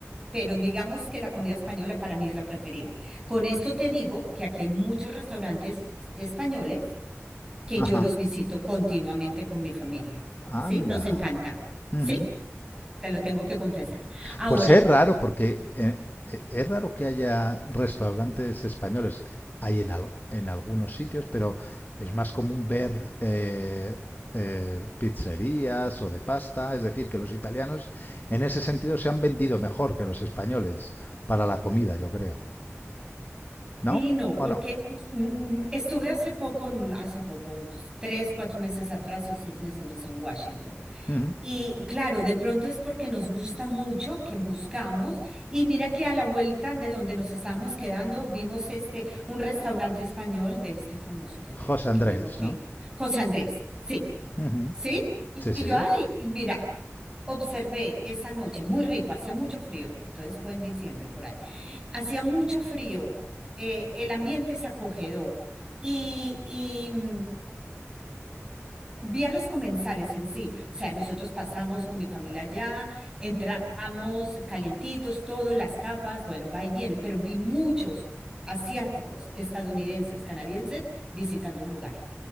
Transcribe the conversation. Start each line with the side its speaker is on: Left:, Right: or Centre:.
Right: pero digamos que la comida española para mí es la preferida. Con esto te digo que aquí hay muchos restaurantes españoles que
Left: Ajá,
Right: yo los visito continuamente con mi familia. ¿Sí?
Left: anda.
Right: Nos encanta. Sí,
Left: Ujú.
Right: te lo tengo que confesar. Ahora,
Left: Pues es raro, porque eh, eh, es raro que haya restaurantes españoles. Hay en, al- en algunos sitios, pero es más común ver eh, eh, pizzerías o de pasta. Es decir, que los italianos en ese sentido se han vendido mejor que los españoles para la comida, yo creo. ¿No?
Right: sí, no,
Left: ¿O
Right: porque
Left: no?
Right: mm, estuve hace poco, mm, hace poco, tres, cuatro meses atrás o seis meses, no sé, en Washington.
Left: Ujú.
Right: Y claro, de pronto es porque nos gusta mucho que buscamos. Y mira que a la vuelta de donde nos estábamos quedando, vimos este, un restaurante español de este famoso, ya te
Left: José
Right: digo
Left: Andrés,
Right: que vivo aquí,
Left: ¿no?
Right: José Andrés. Sí,
Left: Ujú.
Right: sí. Y
Left: Sí,
Right: y
Left: sí.
Right: yo, ay, y mira, Observé esa noche, muy rico, hacía mucho frío, entonces fue en diciembre por ahí. Hacía mucho frío, eh, el ambiente es acogedor y, y, mm, vi a los comensales en sí. O sea, nosotros pasamos con mi familia allá, entramos calientitos, todo, las tapas, bueno, va y viene, pero vi muchos asiáticos, estadounidenses, canadienses visitando el lugar.